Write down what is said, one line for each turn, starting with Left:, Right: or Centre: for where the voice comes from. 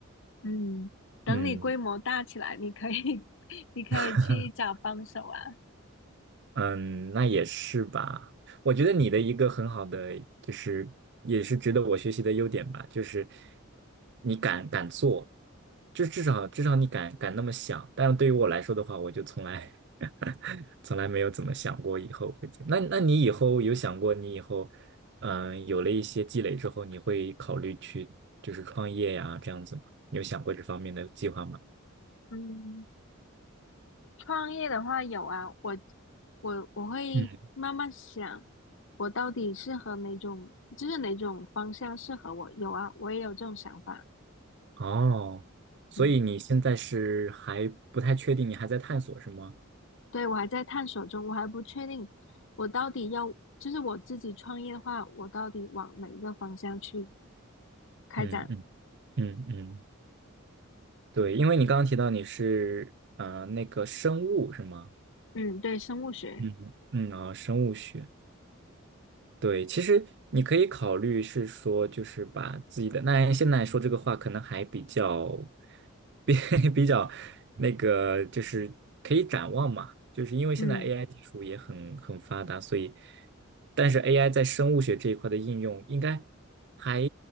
Left: 嗯，等你规模大起来，
Right: 嗯
Left: 你可以，<laughs> 你可以去找帮手啊。
Right: <laughs> 嗯，那也是吧。我觉得你的一个很好的，就是也是值得我学习的优点吧，就是你敢敢做，就至少至少你敢敢那么想。但是对于我来说的话，我就从来 <laughs> 从来没有怎么想过以后会怎那那你以后有想过，你以后嗯有了一些积累之后，你会考虑去就是创业呀这样子吗？你有想过这方面的计划吗？
Left: 嗯。创业的话有啊，我我我会慢慢想，
Right: 嗯。
Left: 我到底适合哪种，就是哪种方向适合我。有啊，我也有这种想法。
Right: 哦，所以你现在是还不太确定，
Left: 嗯，
Right: 你还在探索是吗？
Left: 对，我还在探索中，我还不确定我到底要，就是我自己创业的话，我到底往哪一个方向去开展？
Right: 嗯嗯嗯嗯，对，因为你刚刚提到你是呃那个生物是吗？
Left: 嗯，对，生物学，
Right: 嗯嗯啊，生物学。对，其实你可以考虑是说，就是把自己的，那现在说这个话可能还比较，比 <laughs> 比较那个，就是可以展望嘛，就是因为现在
Left: 嗯，
Right: AI 技术也很很发达，所以，但是 AI 在生物学这一块的应用应该还